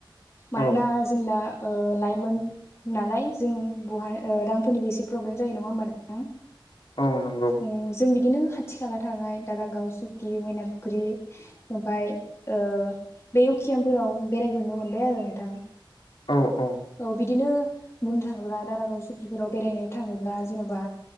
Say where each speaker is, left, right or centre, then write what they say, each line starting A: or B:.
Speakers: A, on the left (about 30°); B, on the left (about 70°).
A: मानोना
B: औ
A: जोंदा ओ लाइमोन नालाय जों बहाय ओ रांफोरनिबो एसे प्रब्लेम जायो नङा होमबा नोंथां।
B: औ नंगौ
A: अ जों बिदिनो खाथि खाला थानाय दारागाव सुकि मैना फुख्रि ओमफाय ओ बे उखियामफोराव बेरायहनो मोनबाय आरो नोंथां।
B: औ औ
A: औ बिदिनो बुंनो थाङोब्ला दारागाव सुखिफोराव बेरायनो थाङोब्ला जेन'बा